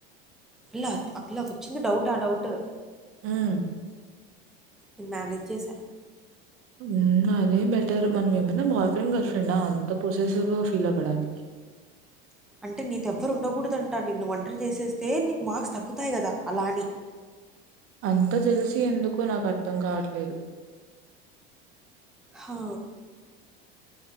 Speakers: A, in the centre; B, on the right (about 50°).
A: పిల్ల అ పిల్లకు వచ్చింది డౌట్ ఆ డౌట్
B: హ్మ్.
A: నేను మ్యనేజ్ చేసా
B: <inaudible> అదే బెటర్ మనం ఏమన్న బాయ్ ఫ్రెండ్ గర్ల్ ఫ్రెండ్డా అంత ప్రాసెసివ్గా ఫీల్ అవ్వడానికి
A: అంటే నీతో ఎవ్వరు ఉండకూడదంట నిన్ను ఓంటరి చేసేస్తే నీకు మార్క్స్ తగ్గుతాయి కదా అలా అని
B: అంత జలసి ఎందుకు నాకు అర్థం కావట్లేదు
A: హా